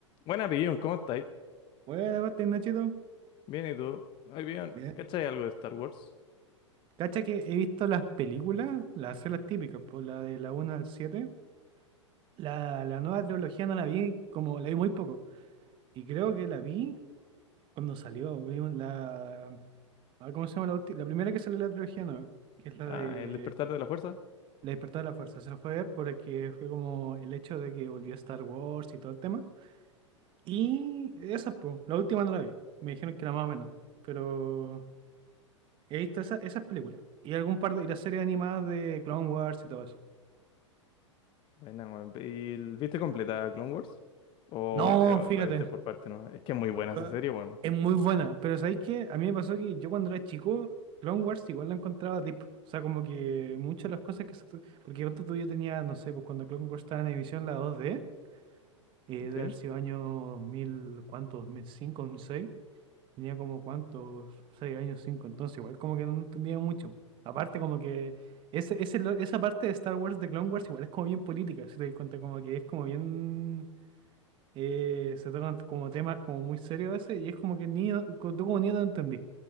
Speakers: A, on the left (about 30°); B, on the right (about 30°).
A: Buena, Pillón, ¿cómo estáis?
B: Bueno, pues, está chido.
A: Bien, ¿y tú? Ay, bien,
B: Mira,
A: ¿cachai algo de Star Wars?
B: Cacha que he visto las películas, las series típicas, pues la de la uno al 7. La, la nueva trilogía no la vi, como la vi muy poco. Y creo que la vi cuando salió. vi un- la, ah, ¿cómo se llama la última? La primera que salió de la trilogía nueva, que es la
A: Ah,
B: de
A: El despertar de la fuerza.
B: La Despertada de la Fuerza. Se la fue a ver porque fue como el hecho de que volvió Star Wars y todo el tema. Y esa, pues, la última no la vi. Me dijeron que era más o menos. Pero He visto esa- esas películas. Y algún par de, y las series animadas de Clone Wars y todo eso.
A: Buena, weón. ¿Y el- viste completa Clone Wars? ¿O,
B: No,
A: te- o
B: fíjate.
A: la viste por parte, no? Es que es muy buena esa
B: Weón,
A: serie, weón.
B: Es muy buena. Pero ¿sabéis qué? A mí me pasó que yo cuando era chico, Clone Wars igual lo encontraba deep. O sea, como que muchas de las cosas que se... tu- Porque cuando tú yo tenía, no sé, pues cuando Clone Wars estaba en emisión la dos d eh, de
A: ¿Sí?
B: haber sido año dos mil ¿cuánto? ¿2005, seis. Tenía como cuántos, seis años, cinco, entonces igual como que no entendía mucho. Aparte como que ese, ese lo- esa parte de Star Wars, de Clone Wars, igual es como bien política, si te das cuenta, como que es como bien... eh, se tocan como temas como muy serios a veces y es como que ni, no- co- tú como niño no entendí.